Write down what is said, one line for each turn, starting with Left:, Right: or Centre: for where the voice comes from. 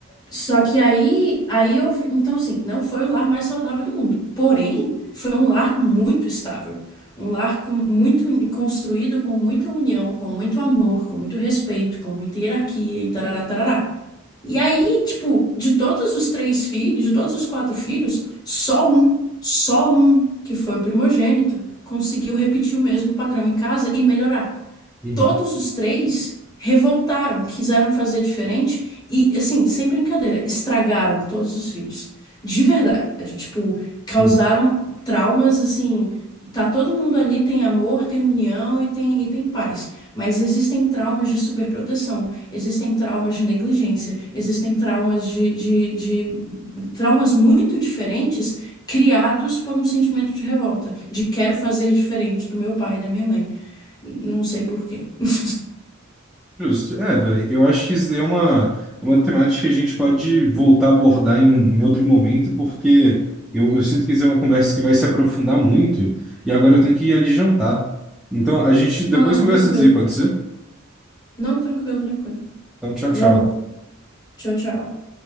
Left: Só que aí, aí eu, vi- então assim, não foi o lar mais saudável do mundo. Porém, foi um lar muito estável, um lar com muito uni- construído com muita união, com muito amor, com muito respeito, com muita hierarquia e tarará, tarará. E aí, tipo, de todos os três filhos, de todos os quatro filhos, só um, só um, que foi o primogênito, conseguiu repetir o mesmo padrão em casa e melhorar
Centre: uhum,
Left: todos os três revoltaram, quiseram fazer diferente e, assim, sem brincadeira, estragaram todos os filhos. De verdade, tipo, causaram
Centre: uhum.
Left: traumas assim. Tá todo mundo ali, tem amor, tem união e tem, e tem paz. Mas existem traumas de superproteção, existem traumas de negligência, existem traumas de, de, de traumas muito diferentes criados por um sentimento de revolta, de quero fazer diferente do meu pai e da minha mãe. Não sei por quê. <laughs>
Centre: Justo. É, velho, eu acho que isso daí é uma, é uma temática que a gente pode voltar a abordar em, um, em outro momento, porque eu, eu sinto que isso é uma conversa que vai se aprofundar muito, e agora eu tenho que ir ali jantar. Então, a gente depois
Left: Não, não,
Centre: conversa
Left: tranquilo.
Centre: disso aí, pode ser?
Left: Não, tranquilo, tranquilo.
Centre: Então, tchau,
Left: Valeu.
Centre: tchau.
Left: Tchau, tchau.